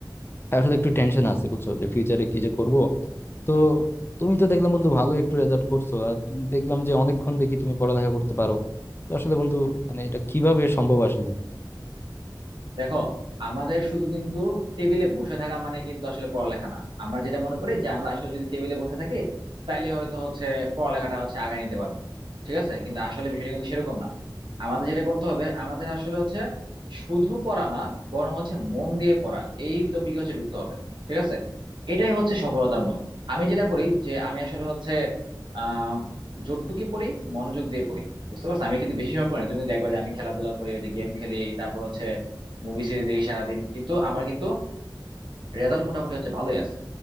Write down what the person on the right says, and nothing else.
দেখো আমাদের শুধু কিন্তু টেবিলে বসে থাকা মানে কিন্তু আসলে পড়ালেখা না আমরা যেটা মনে করি যে আমরা আসলে যদি টেবিলে বসে থাকি তাইলে হয়তো হচ্ছে পড়ালেখাটা হচ্ছে আগায় নিতে পারবো ঠিক আছে কিন্তু আসলে বিষয়টা কিন্তু সেরকম না আমাদের যেটা করতে হবে আমাদের আসলে হচ্ছে শুধু পড়া না বরং হচ্ছে মন দিয়ে পড়া এই টপিকে হচ্ছে ঢুকতে হবে ঠিক আছে এটাই হচ্ছে সফলতার মূল আমি যেটা করি যে আমি আসলে হচ্ছে আহ যতটুকু পড়ি মনোযোগ দিয়ে পড়ি বুঝতে পারছো আমি কিন্তু বেশি সময় পড়ি না। তুমি কিন্তু দেখবা যে আমি খেলাধুলা করি ওই যে গেম খেলি তারপর হচ্ছে মুভি সিরিজ দেখি সারাদিন কিন্তু আমার কিন্তু রেজাল্ট মোটামুটি হচ্ছে ভালোই আছে